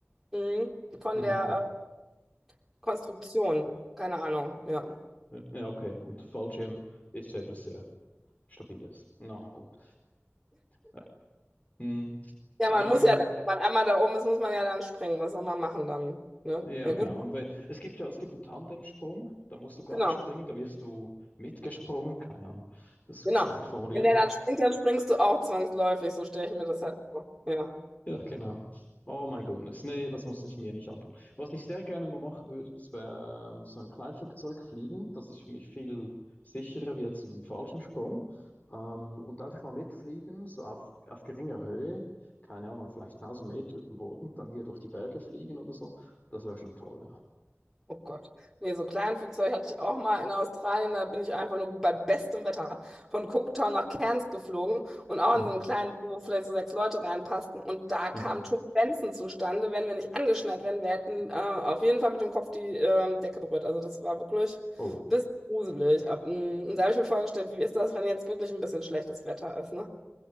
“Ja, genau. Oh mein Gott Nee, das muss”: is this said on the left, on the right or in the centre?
Left